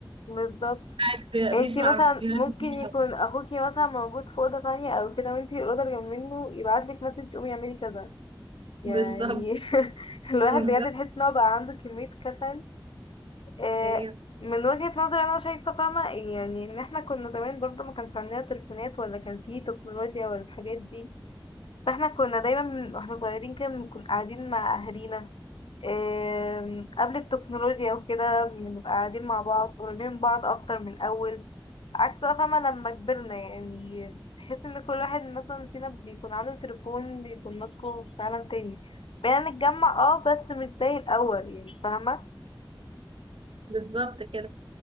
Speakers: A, on the left (about 80°); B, on the right (about 85°).
A: بالظبط
B: قاعد بي-
A: انتي
B: بيسمع
A: مثلا
B: فيديوهات
A: ممكن يكون اخوكي مثلا موجود في اوضه تانية او كده وانتي الاوضه اللي جنب منه يبعتلك مسج قومي اعملي كذا يعني
B: بالظبط
A: <laughs> الواحد
B: بالظبط
A: بجد تحس ان هو بقى عنده كمية كسل آه،
B: ايه
A: من وجهة نظري انا شايفة فاهمة يعني ان احنا كنا زمان برضه ما كانش عندنا تليفونات ولا كان فيه تكنولوجيا ولا الحاجات دي فاحنا كنا دايما من- واحنا صغيرين كده بنكون قاعدين مع اهالينا آم، قبل التكنولوجيا وكده بنبقى قاعدين مع بعض قريبين من بعض اكتر من الاول عكس بقى فاهمة لما كبرنا يعني تحس ان كل واحد مثلا فينا بيكون عنده تليفون بيكون ماسكه في عالم تاني بقينا نتجمع اه بس مش زي الأول يعني فاهمة
B: بالظبط كده